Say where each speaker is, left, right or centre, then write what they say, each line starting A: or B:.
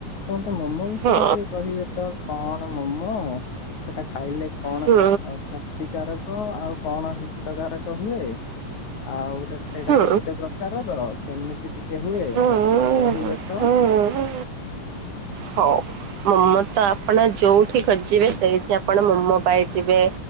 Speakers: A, on the left; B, on the right.
A: ତମେ ମୋମୋ ବିଷୟରେ
B: ହୁଁ
A: କିଏ କହିବେ ତ କଣ ମୋମୋ ସେଟା ଖାଇଲେ କଣ
B: ହୁଁ
A: ତ ଆଜ୍ଞା। କ୍ଷତିକାରାରକ ଆଉ କଣ ହିତକାରକ ହୁଏ ଆଉ ସେ ସେଇଟା
B: ହୁଁ
A: କେତେ ପ୍ରକାରର କେମିତି ଟିକେ ହୁଏ
B: ହୁଁ
A: ମତେ ଟିକେ କହିବେ ତ?
B: ହୁଁ। ହଉ ମୋମୋ ତ ଆପଣ ଯୋଉଠି ଖଜିବେ ସେଇଠି ଆପଣ ମୋମୋ ପାଇଯିବେ?